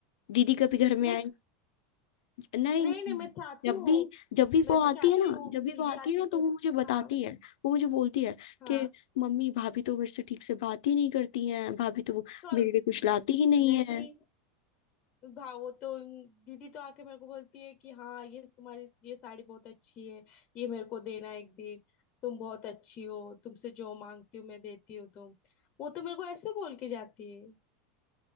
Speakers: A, on the left; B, on the left.
A: दीदी कभी घर में
B: मैं
A: नहीं
B: नहीं
A: नहीं
B: नहीं मैं चाहती
A: जब
B: हूँ
A: भी जब भी
B: मैं
A: वो
B: तो
A: आती
B: चाहती
A: है ना
B: हूँ
A: जब
B: कि
A: भी
B: दीदी
A: वो आती
B: आती
A: है ना तो
B: तो
A: वो मुझे बताती
B: हाँ
A: है वो मुझे बोलती है
B: हाँ
A: कि मम्मी भाभी तो मेरे से ठीक से बात ही नहीं करती हैं भाभी तो
B: तो
A: मेरे लिए कुछ लाती ही नहीं
B: नहीं
A: है
B: भाव तो दीदी तो आके मेरे को बोलती है कि हाँ ये तुम्हारी ये साड़ी बहुत अच्छी है ये मेरे को देना एक दिन तुम बहुत अच्छी हो तुमसे जो मांगती हूँ मैं देती हूँ तुम वो तो मेरे को ऐसे बोल के जाती है